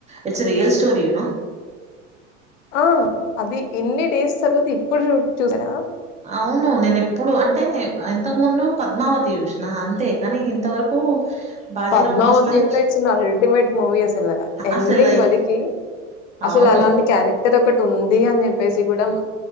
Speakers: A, on the right (about 20°); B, on the left (about 75°).
A: ఇట్స్ అ రియల్ స్టోర ూను
B: ఆ అది ఎన్ని డేస్ తర్వాత ఇప్పుడు చూ చూసారా
A: అవును నేను ఎప్పుడు అంటే ఇంతకు ముందు పద్మావతి చూష్ిన అంతే కానీ ఇంతవరకు బాజీరావు
B: పద్నామతియులైట్స్
A: మస్తాని చ్
B: అల్టిమేట్ మూవీస్ అా ఎండింగ్
A: అసలు ఈ
B: వరకి అసలు
A: అవును
B: అలాంటి క్యారెక్టర్ ఒకటి ఉంది అని చెప్పేసి కూడా